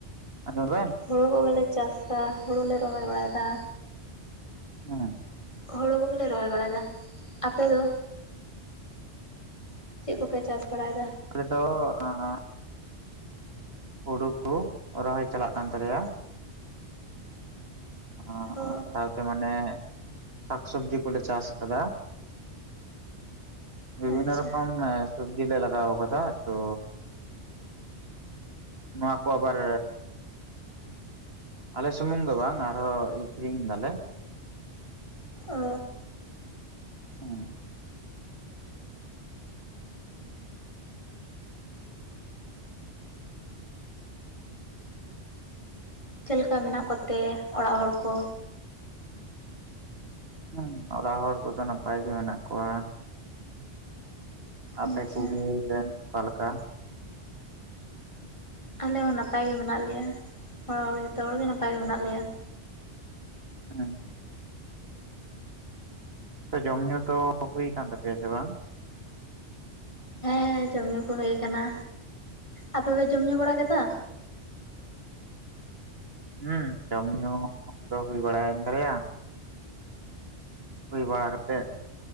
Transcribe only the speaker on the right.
<unintelligible>
ᱦᱚᱸ
ᱟᱞᱮ ᱫᱚ‌ ᱮᱸᱜ ᱦᱩᱲᱩ ᱠᱩ ᱨᱚᱦᱚᱭ ᱪᱟᱞᱟᱜ ᱠᱟᱱ ᱛᱟᱞᱮᱭᱟ ᱦᱮᱸᱻ
ᱥᱟᱶᱛᱮ ᱢᱟᱱᱮ ᱥᱟᱠ ᱥᱚᱵᱡᱤ ᱠᱚᱞᱮ ᱪᱟᱥ ᱟᱠᱟᱫᱟ ᱵᱤᱵᱷᱤᱱᱱᱚ
ᱨᱚᱠᱚᱢ ᱥᱚᱵᱡᱤ ᱞᱮ ᱞᱟᱜᱟᱣ ᱠᱟᱫᱟ ᱛᱚ ᱱᱚᱣᱟ ᱠᱚ ᱟᱵᱟᱨ ᱟᱞᱮ ᱥᱩᱢᱩᱝ ᱫᱚ ᱵᱟᱝ ᱟᱨᱦᱚᱸ ᱟᱠᱷᱨᱤᱧ ᱫᱟᱞᱮ
ᱦᱩᱸ
ᱦᱩᱸ, ᱚᱲᱟᱜ ᱦᱚᱲ ᱠᱚᱫᱚ ᱱᱟᱯᱟᱭ ᱜᱮ ᱢᱮᱱᱟᱜ ᱠᱚᱣᱟ ᱟᱯᱮ
ᱠᱩᱜᱤ <unintelligible> ᱚᱠᱟᱞᱮᱠᱟ
ᱦᱮᱸ ᱥᱮ ᱡᱚᱢ ᱧᱩ ᱫᱚ ᱦᱩᱭ ᱠᱟᱱ ᱛᱟᱯᱮᱭᱟ ᱥᱮ ᱵᱟᱝ
ᱦᱩᱸ ᱡᱚᱢ ᱧᱩ ᱫᱚ ᱦᱩᱭ ᱵᱟᱲᱟᱭᱮᱱ ᱛᱟᱞᱮᱭᱟ ᱦᱩᱭ ᱵᱟᱲᱟ ᱠᱟᱛᱮᱫ